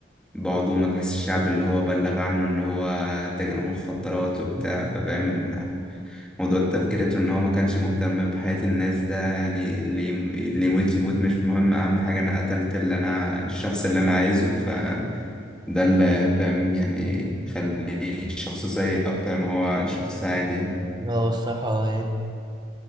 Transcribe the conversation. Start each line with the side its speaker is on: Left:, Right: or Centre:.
Centre: بعضو مجلس الشعب اللي هو بلغ عنه ان هو تاجر مخدرات وبتاع
Right: مم.
Centre: ففاهم موضوع تفجيرته ان هو ما كانش مهتم بحياة الناس ده يعني اللي اللي يموت يموت مش مهم اهم حاجة انا قتلت اللي انا الشخص اللي انا عايزه ف ده اللي فاهم يعني يخليه شخص سيء أكتر ما هو شخص عادي يعني
Right: <laughs> لا هو الصراحة اه يعني